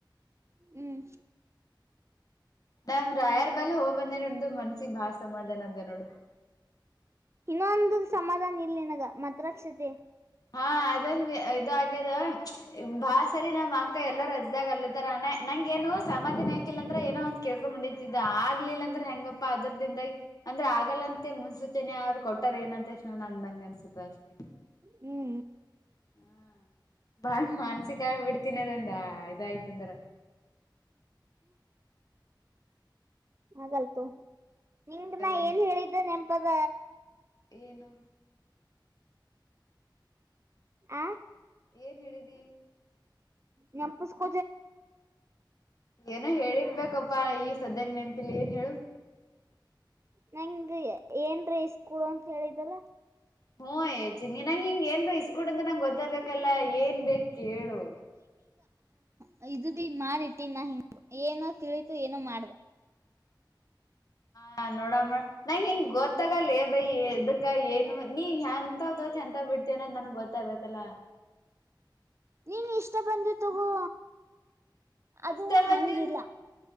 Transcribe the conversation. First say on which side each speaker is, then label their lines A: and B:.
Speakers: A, on the right (about 35°); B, on the left (about 50°).
A: ಹ್ಮ್
B: ನಮ ರಾಯರ್ ಬಾಲ ಹೋಗ್ಬಂದೇ ನೋಡ್ದು ಮನ್ಸಿಗೆ ಬಾ ಸಮಾಧಾನದ ನೋಡು
A: ಇನ್ನೊಂದು ಸಮಾಧಾನ ಇಲ್ ನಿನಗ ಮಾತ್ರಾಕ್ಷತೆ
B: ಹಾ ಅದೊಂದ ಇ ಆಗ್ಯದ ಬಾ ಸರಿ ನಮ್ಮ್ ಅಕ್ಕ ಎಲ್ಲರೂ ಅದ ಇದಾಗ ಅಲ್ಲ ತರಾನ ನಂಗಗೆ ಏನು ಸಾಮಾಾನ ಹಾಕಿಲ್ಲ ಅಂದ್ರೆ ಏನೋ ಕೇಳ್ಕೊಂಬಿತಿದ್ದ ಆಗ್ಲಿಲ್ಲ ಅಂದ್ರೆ ಹೆಂಗಪ್ಪಾ ಅದ್ರದಿಂದಾಗಿ ಅಂದ್ರೆ ಆಗಲ್ಲಂತೆ ಮುನ್ಸೂಚನೆ ಅವರು ಕೊಟ್ಟ ರ್ ಏನ ಅಂತ ಎಷ್ಟ ನ ಅಂದಂಗೆ ಅನ್ಸುತ್ತೆ ಅಷ್ಟೇ
A: ಹ್ಮ
B: ಹ್ಮ್ ಬಾ ಮಾನ್ಸಿಕ ಆಗ ಬಿಡ್ತೀನದಂದ ಇದಾಯ್ತು ಅಂದ್ರ
A: ಹಾಗಗಲ್ತು ನಿಮ್ದ
B: ಆಗಲ್ಲ
A: ನ ಏನ್ ಹೇಳಿದ್ದ ನೆಪ ನಿನ್ನ ಪದ
B: ಏನು
A: ಆ
B: ಏನ್ ಹೇಳಿದಿ
A: ನೆನಸ್ಕೊ
B: ಏನೋ ಹೇಳಿರ್ಬೇಕಪ್ಪ ಈ ಸದ್ಯಕ್ಕೆ ನೆನ್ಪಿಲಿ ಏನ್ ಹೇಳು
A: ನಂಗೆ ಏನಾದರೂ ಇಸ್ ಕೊಡುಅಂತ ಹೇಳಿದಲ್ಲ
B: ಹ್ಮ್ಏಜಿನ್ನಂಗ ಹಿಂಗ ಏನ್ರಾ ಇಸ್ಕೂಡ್ ಅ್ರ ನಂಗ ಗೊತ್ತಾಗಬೇಕು ಹಲ್ಲ ಏನ್ ಬೇಕು ಹೇಳು
A: ಆ ಇದು ಬಿ ಮಾಡಿಟ್ಟಿನ್ ನಾ ಹಿಂಗ ಏನೋ ತಿಳಿತು ಏನೋ ಮಾಡ್ದ
B: ಹಾ ನೋಡ ನ ನಂಗೆ ಹೆಂಗ್ ಗೊತ್ತಾಗಲ್ಲ ಬೈ ಇದದಕ್ಕ ಏನು ನೀವ್ ಎಂತ ತೋತಿ ಎಂತ ಬಿಡ್ತೇವನಂದ ನನ್ಗ್ ಗೊತ್ತಾಗ್ಬೇಕಲ್ಲ ಹ <inaudible>
A: ನೀವ್ ಇಷ್ಟ ಬಂದಿ ತಗೋ ಅದು
B: ಇಷ್ಟ ಬಂದಿನ್
A: ಹಂಗಿಲ್ಲ